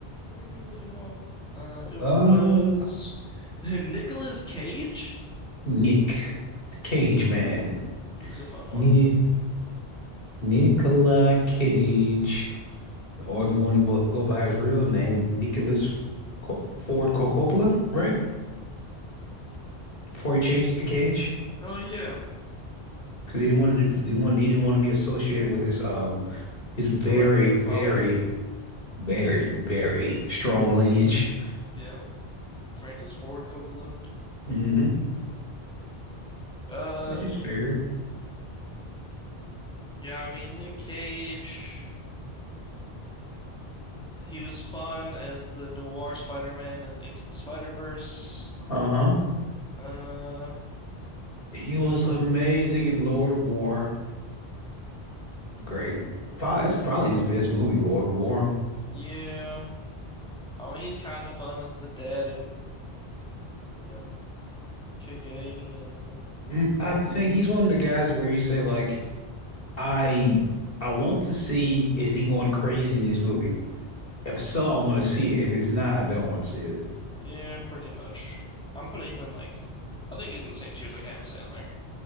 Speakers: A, in the centre; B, on the left.
A: Where did we leave off? Uh, it
B: Uh,
A: was <laughs> Nicolas Cage.
B: Nick, the Cage Man,
A: He's a fun one.
B: Ni Nicolas Cage, or if you want to bo- go by his real name, Nicholas F- Co- Ford Co- Coppola, right? Before he changed it to Cage,
A: Oh yeah,
B: because he didn't want to, he wanted, he didn't want to be associated with his um,
A: just
B: his very,
A: director,
B: very,
A: father.
B: very, very strong lineage.
A: Yeah, Francis Ford Coppola.
B: hmm
A: Uh,
B: Which is fair.
A: yeah. I mean, Nick Cage. He was fun as the noir Spider-Man and Into the Spider-Verse.
B: Uh-huh.
A: Uh,
B: He was amazing in Lord of War. Great. Pro- That's probably his best movie, Lord of War.
A: yeah. I mean, he's kind of fun as the dad and you know, Kick-A and
B: Mm, I think he's one of the guys where you say like, I I want to see is he going crazy in this movie? If so, I want to see it. If it's not, I don't want to see it.
A: yeah, pretty much. I'm putting him in like. I think he's in the same tier as like Adam Sandler.